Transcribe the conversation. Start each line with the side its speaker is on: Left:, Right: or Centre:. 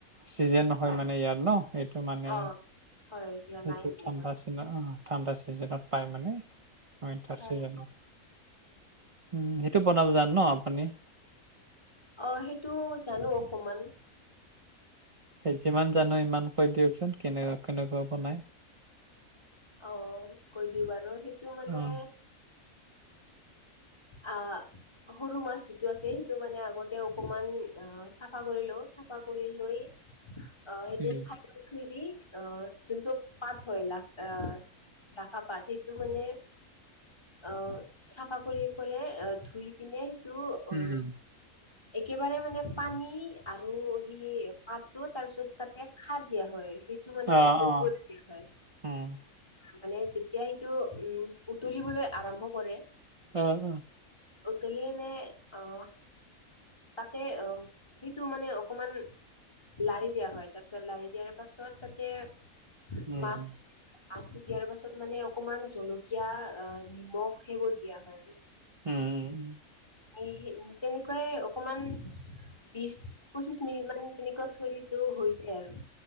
Right: চিজনে হয় মানে ইয়াত ন। সেইটো মানে
Left: অ' হয় যোৱা
Right: সেইটো
Left: নাই মানে
Right: ঠাণ্ডা চি অ ঠাণ্ডা চিজনত পাই মানে। ওৱেন্টাৰ
Left: হয়
Right: চিজনত, উ সেইটো বনাব জানো ন আপুনি।
Left: অ সেইটো জানো অকমান।
Right: যিমান জান ইমান কৈ দিয়কচোন কেনেকা কেনেকুৱা বনাই।
Left: অ কৈ দিওঁ বাৰু সেইটো মানে-
Right: অ'।
Left: আঁ সৰু মাছ যিটো আছে সেইটো মানে আগতে অকমান অঁ। চাফা কৰি লওঁ চাফা কৰি লৈ আহ সেইটো
Right: উম,
Left: চাইদত ধুই দি- আহ যোনটো পাত হয় লা আহ লাখা পাত সেইটো মানে- অ চাফা কৰি পৰে ধুই পিনে সেইটো
Right: উম,
Left: অঁ- একেবাৰে মানে পানী আৰু সি- পাতো তাৰ পিছত তাতে খাৰ দিয়া হয় সেইটো মানে
Right: অ',
Left: উতলিব
Right: অ',
Left: দিয়া হয়।
Right: উম,
Left: মানে যেতিয়া সেইটো উম উতলিবলৈ আৰম্ভ কৰে।
Right: অঁ অঁ
Left: উতলিয়েনে আহ তাতে আহঁ- সেইটো মানে অকমান লাৰি দিয়া হয়, তাৰ পিছত লাৰি দিয়াৰ পাছত তাতে-
Right: উম।
Left: মাছ মাছটো দিয়াৰ পাছত মানে অকমান জলকীয়া অ নিমখ সেইবোৰ দিয়া হয় মানে।
Right: উম উম‌
Left: এ হে তেনেকুৱাই অকমান- বিশ পচিশ মিনিট মান তেনেকুৱা থৈ দিওঁ হৈছে আৰু।